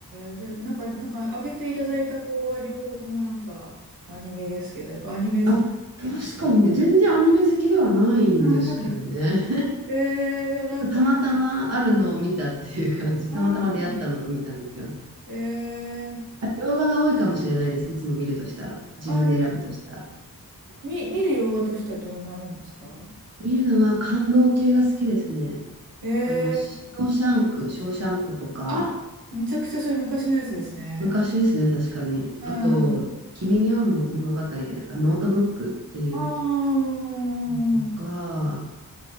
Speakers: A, on the right (about 70°); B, on the right (about 45°).
A: えじゃあ、なんか、なんか、上げていただいた方が、両方ともなんか、アニメですけど、やっぱアニメ好きって感じ。
B: あ、確かにね、全然アニメ好きではないんですけどね。
A: あ、そう。ええでもなんとなく、
B: たまたまあるのを見たっていう感じ。
A: あ、
B: たまたま出会ったのと見たんですよ。
A: そうなんだ。えー、
B: 洋画が多いかもしれないです。いつも見るとしたら。自分で選ぶとしたら。
A: あ、いや見、見る洋画としてはどんなもんですか
B: 見るのは感動系が好きですね。
A: ええ
B: あの、ショーシャンク、ショーシャンクとか、
A: あ、めちゃくちゃそれ昔のやつですね。
B: 昔ですね、確かに。
A: うん。
B: あと、君に会う物語で、なんかノートブックっていう
A: ああ
B: のとか、